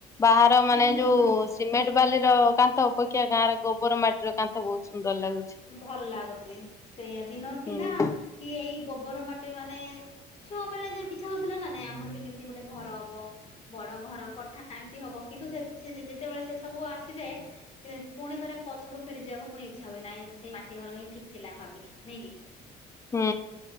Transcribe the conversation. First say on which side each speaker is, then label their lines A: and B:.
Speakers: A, on the left; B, on the left.
A: ବାହାର
B: କହିଲେ
A: ମାନେ ଯୋଉ ସିମେ ଣ୍ଟ ବାଲି ର କାନ୍ଥ ଅପେକ୍ଷା ଗାଁ ର ଗୋବର ମାଟିର କାନ୍ଥ ବହୁତ ସୁନ୍ଦର ଲାଗୁଛି।
B: ଭଲ ଲାଗୁଚି ସେଇଆ ଦିନ ଥିଲା
A: ହୁଁ
B: କି ଏଇ ଗୋବର ମାଟି ମାନେ ଛୁଆ ବେଳେ ଯେମ୍ ଇଚ୍ଛା ହଉଥିଲା ନା ନାଇଁ ଆମର ବି କେମିତି ଗୋଟେ ଘର ହବ। ବଡ ଘର କୋଠା ଏମତି ହବ କିନ୍ତୁ ସେ ସେ ଯେ-ଯେତେବେଳେ ସେ ସବୁ ଆସିଯାଏ ଏ ପୁଣି ଥରେ ପଛକୁ ଫେରିଯିବାକୁ ପୁଣି ଇଚ୍ଛା ହୁଏ ନାଇଁ ସେଇ ମାଟି ଘର ହିଁ ଠିକ୍ ଥିଲା ଭାବିକି ନାଇଁ କି?
A: ହୁଁ।